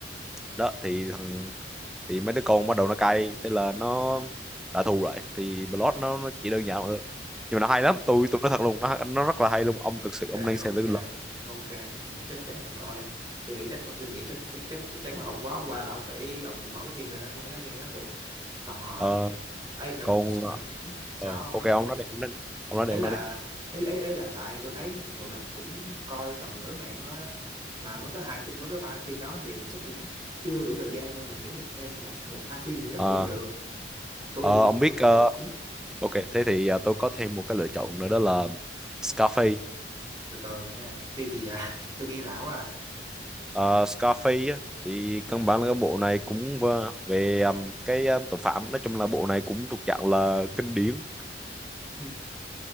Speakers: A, in the centre; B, on the right.
A: đó thì thằng thì mấy đứa con bắt đầu nó cay thế là nó trả thù lại thì Blood nó, nó chỉ đơn giản thôi nhưng mà nó
B: ok
A: hay lắm tôi tôi nói thật luôn nó nó rất là hay luôn ông thực sự
B: ok
A: ông nên xem thử là
B: ok cái này là chắc chắn phải coi tôi nghĩ chắc tôi nghĩ chắc chắc chắc chắc chắn là hôm qua hôm qua là ông phải ông phải mở cái phim lên tôi mới nghe nó cũng tò mò
A: Ờ,
B: á ấy mà
A: còn
B: mình
A: ờ,
B: mình sao
A: ờ,
B: ông
A: ok
B: nói
A: ông nói đi ông nói, đi, ông nói đi
B: ấy
A: ông
B: là
A: nói đi
B: ấy, ấy, ấy là tại tôi thấy tụi mình cũng coi tầm nửa ngày thôi á. mà mới có hai mới có ba cái phim đó thì chắc cũng chưa đủ thời gian đâu mình nghĩ mình thêm một một hai phim gì đó
A: Ờ,
B: cũng được tôi
A: Ờ, ông biết
B: tôi
A: ờ,
B: ừ,
A: ok thế thì ờ, tôi có thêm một cái lựa chọn nữa đó là Scarface
B: từ từ nha phim gì vậy <laughs> tôi nghĩ lão à
A: Ờ, Scarface á, thì căn bản là cái bộ này cũng vơ- về ừm, cái ờ, tội phạm nói chung là bộ này cũng thuộc dạng là kinh điển
B: ừ,